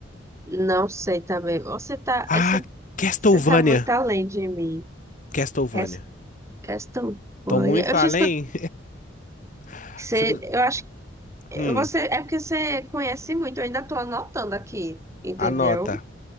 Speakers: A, on the right; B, on the left.
A: não sei também. Você tá,
B: Ah,
A: esse-
B: Castlevania.
A: você tá muito além de mim.
B: Castlevania.
A: Res- Castlevania.
B: Tô muito
A: Eu
B: além.
A: já escutei.
B: <laughs>
A: Você,
B: Você não-
A: eu acho que
B: Hum,
A: você é porque você conhece muito, eu ainda tô anotando aqui, entendeu?
B: anota,